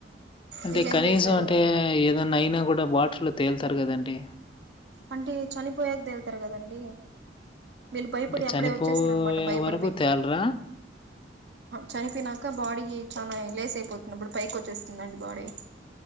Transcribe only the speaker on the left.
అంటే
కనీసం
అంటే ఏదన్నా అయినా కూడా వాటర్లో తేలుతారు కదండి
అంటే
చనిపోయే
వరకు తేలరా?